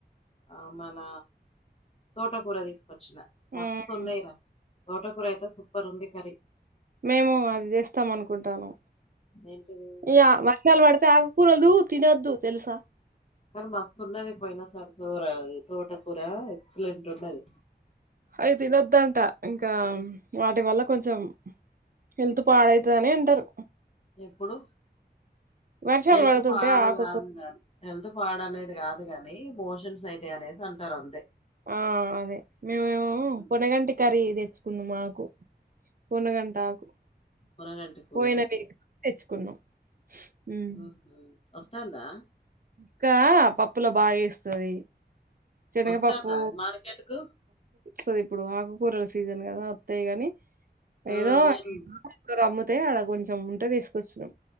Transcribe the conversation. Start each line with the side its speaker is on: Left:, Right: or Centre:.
Left: ఆ మన తోటకూర తీసుకొచ్చిన మస్తు
Right: ఉమ్
Left: ఉన్నాయి రా తోటకూరైతే సూపర్ ఉంది కరీ
Right: మేము అది చేస్తాం అనుకుంటాను
Left: ఏంటిది
Right: ఈ చినుకులు పడుతే ఆకురాలు తినొద్దు తెలుసా
Left: కానీ మస్తు ఉన్నది పోయినా సరీ అది తోట కూూర ఎక్సలెంట్ ఉన్నది
Right: అయి తినొద్దంట ఇంకా వాటి వల్ల కొంచెం హెల్తు పాడైతదని అంటారు
Left: ఎప్పుడు
Right: వర్షాలు
Left: హెల్త్
Right: పడుతుంటే
Left: పాడు
Right: ఆకుకూ
Left: కాదు కానీ హెల్త్ పాడ అనేది కాదు కాని మోషన్స్ అయితే అనేసి అంటారు అంతే
Right: ఆ అదే మేమేమో
Left: ఉమ్.
Right: పునగంటి కర్రీ తెచ్చుకున్నాం మాకు పూణగంటకు
Left: మునగంటి కూర
Right: పోయిన వీక్ తెచ్చుకున్నాం ఉమ్
Left: ఉహు వస్తుందా
Right: ఇంకా పప్పులో బాగా వేస్తది శనగపప్పు
Left: వస్తాందా అది మార్కెట్ కు
Right: సో ఇప్పుడు ఆకుకూరల సీజన్ కదా అంతే కాని
Left: ఆ!
Right: ఏదో
Left: నేను
Right: కూరా అమ్ముతే అడ కొంచెం ఉంటే తీసుకొచ్చినం